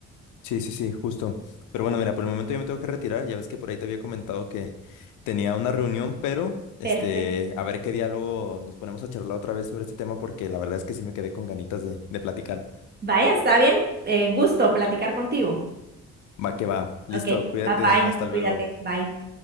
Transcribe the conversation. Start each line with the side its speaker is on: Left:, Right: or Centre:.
Left: Sí, sí, sí, justo. Pero bueno, mira, por el momento yo me tengo que retirar. Ya ves que por ahí te había comentado que tenía una reunión, pero este,
Right: Perfecto.
Left: a ver qué diálogo nos ponemos a charlar otra vez sobre este tema porque la verdad es que sí me quedé con ganitas de, de platicar.
Right: Vaya, está bien. eh, un gusto platicar contigo.
Left: Va que va. Listo,
Right: Ok,
Left: cuídate.
Right: bye bye.
Left: Hasta luego.
Right: Cuídate. Bye.